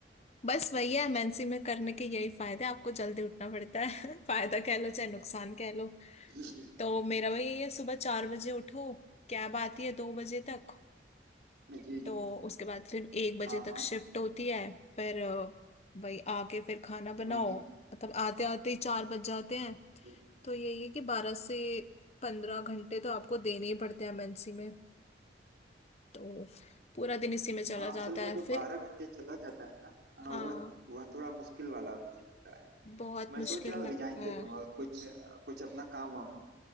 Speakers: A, on the left (about 35°); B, on the right (about 70°).
A: बस वही है एमएनसी में करने के यही फायदे हैं, आपको जल्दी उठना पड़ता है <laughs> फायदा कह लो चाहे नुकसान कह लो
B: <laughs> जी
A: तो मेरा वही है सुबह चार बजे उठो कैब आती है दो बजे तक
B: जी
A: तो उसके बाद फिर एक बजे
B: हाँ
A: तक
B: हाँ
A: शिफ्ट होती है फिर अ, वही आके फिर खाना बनाओ
B: हम्म हम्म।
A: मतलब आते आते ही चार बज जाते हैं
B: जी
A: तो यही है कि बारह से पंद्रह घंटे तो आपको देने ही पड़ते हैं एमएनसी में तो पूरा दिन इसी में चला
B: हाँ
A: जाता
B: असल में वो
A: है
B: जो
A: फिर
B: बारह घंटे चला जाता है ना हाँ,
A: हाँ
B: वह वह थोड़ा मुश्किल वाला मुझे लगता है
A: बहुत
B: मैं
A: मुश्किल
B: सोच रहा हूँ
A: लगता
B: रिजाइन दे
A: है
B: दूँ और कुछ कुछ अपना काम वाम